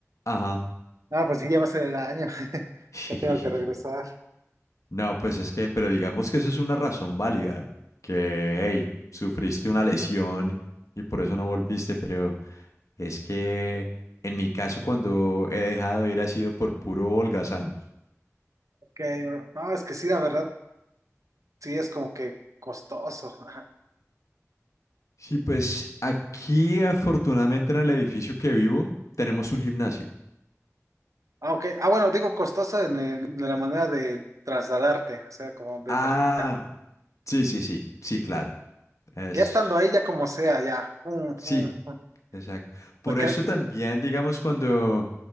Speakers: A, on the left; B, on the right.
A: Ajá.
B: No, pues sí, ya va a ser el año. <laughs>
A: <laughs>
B: Ya tengo que regresar.
A: No, pues es que, pero digamos que eso es una razón válida, que, hey, sufriste una lesión y por eso no volviste, pero es que en mi caso cuando he dejado de ir ha sido por puro holgazán.
B: Ok, bro. No, es que sí, la verdad, sí es como que costoso. <laughs>
A: Sí, pues aquí afortunadamente en el edificio que vivo tenemos un gimnasio.
B: Ah, ok. Ah, bueno, digo costoso en, el- de la manera de trasladarte, o sea, como de
A: Ah,
B: energía.
A: sí, sí, sí, sí, claro. Es,
B: Ya estando ahí, ya como sea, ya. pum,
A: sí.
B: pum, pum.
A: Exacto. Por
B: Porque,
A: eso también, digamos, cuando,